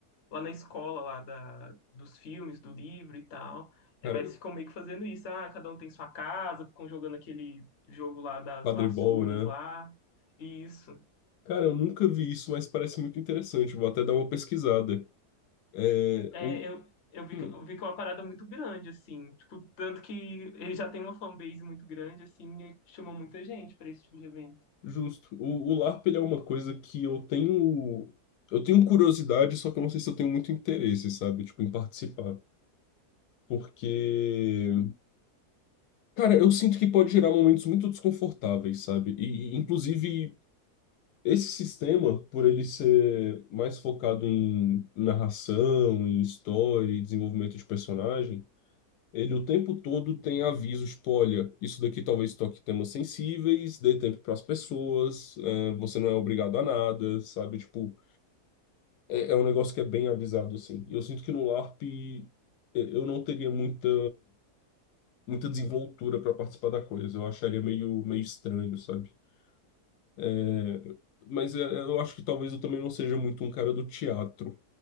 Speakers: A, on the left (about 50°); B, on the left (about 80°).
A: lá na escola lá da, dos filmes, do livro e tal. É,
B: Cara,
A: mas
B: eu-
A: eles ficam meio que fazendo isso, ah, cada um tem sua casa, ficam jogando aquele jogo lá das
B: quadribol,
A: vassouras
B: né?
A: lá, e isso.
B: Cara, eu nunca vi isso, mas parece muito interessante. Vou até dar uma pesquisada. É,
A: É,
B: o,
A: eu, eu vi,
B: hum,
A: que- eu vi que é uma parada muito grande, assim. Tipo, tanto que ele já tem uma fanbase muito grande, assim, e chama muita gente pra esse tipo de evento.
B: justo. O, o LARP, ele é uma coisa que eu tenho... Eu tenho curiosidade, só que eu não sei se eu tenho muito interesse, sabe? Tipo, em participar. Porque... Cara, eu sinto que pode gerar momentos muito desconfortáveis, sabe? E, e, inclusive, Esse sistema, por ele ser mais focado em narração, em história e desenvolvimento de personagem, ele o tempo todo tem avisos, tipo, olha, isso daqui talvez toque temas sensíveis, dê tempo para as pessoas, eh, você não é obrigado a nada, sabe? Tipo, é, é um negócio que é bem avisado, assim. E eu sinto que no LARP eh, eu não teria muita, muita desenvoltura para participar da coisa, eu acharia meio, meio estranho, sabe? É, mas é, é, eu acho que talvez eu também não seja muito um cara do teatro.